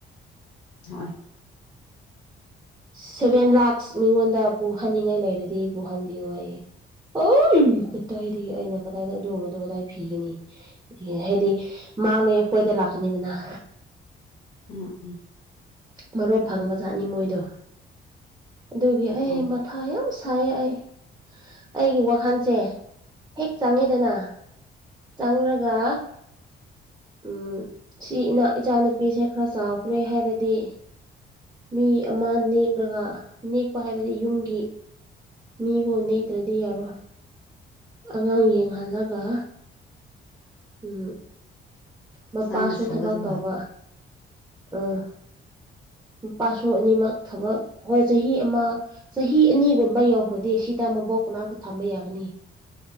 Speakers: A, on the left (about 70°); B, on the right (about 15°).
A: ꯍꯣꯏ
B: ꯁꯚꯦꯟ ꯂꯥꯛꯁ ꯃꯤꯉꯣꯟꯗ ꯄꯨꯍꯟꯅꯤꯡꯉꯥꯏ ꯂꯩꯔꯗꯤ ꯄꯨꯍꯟꯕꯤꯌꯨ ꯑꯩꯌꯦ ꯑꯩ ꯀꯗꯥꯏꯗꯒꯤ ꯑꯩꯅ ꯀꯗꯥꯏꯗ ꯑꯗꯨꯒꯕꯗꯣ ꯀꯗꯥꯏ ꯐꯤꯒꯅꯤ ꯍꯥꯏꯗꯤ ꯃꯥꯡꯗꯩ ꯑꯩꯈꯣꯏꯗ ꯂꯥꯛꯀꯅꯤꯗꯅ
A: ꯎꯝ ꯎꯝ
B: ꯃꯔꯨꯞ ꯐꯪꯕꯖꯥꯠꯅꯤ ꯃꯣꯏꯗꯣ ꯑꯗꯨꯒꯤ ꯑꯩ
A: ꯑꯧ
B: ꯃꯊꯥ ꯌꯥꯝ ꯁꯥꯏꯌꯦ ꯑꯩ ꯑꯩꯒꯤ ꯋꯥꯈꯜꯁꯦ ꯍꯦꯛ ꯆꯪꯉꯤꯗꯅ ꯆꯪꯉꯒ ꯎꯝ ꯁꯤ ꯏꯅꯥ ꯏꯆꯥꯅꯨꯄꯤꯁꯦ ꯈꯔ ꯆꯥꯎꯈ꯭ꯔꯦ ꯍꯥꯏꯔꯗꯤ ꯃꯤ ꯑꯃ ꯅꯦꯛꯂꯒ ꯅꯦꯛꯄ ꯍꯥꯏꯕꯗꯤ ꯌꯨꯝꯒꯤ ꯃꯤꯒꯣꯟ ꯅꯦꯛꯇ꯭ꯔꯗꯤ ꯌꯥꯔꯣꯏ ꯑꯉꯥꯡ ꯌꯦꯡꯍꯜꯂꯒ ꯎꯝ ꯃꯄꯥꯁꯨ
A: ꯅꯪꯅ ꯁꯨꯒꯗꯕ
B: ꯊꯕꯛ ꯇꯧꯕ ꯑꯥ ꯄꯥꯁꯨꯣ ꯑꯅꯤꯃꯛ ꯊꯕꯛ ꯍꯣꯏ ꯆꯍꯤ ꯑꯃ ꯆꯍꯤ ꯑꯅꯤꯒꯨꯝꯕ ꯌꯧꯈ꯭ꯔꯗꯤ ꯁꯤꯗ ꯃꯕꯣꯛ ꯃꯅꯥꯛꯇ ꯊꯝꯕ ꯌꯥꯒꯅꯤ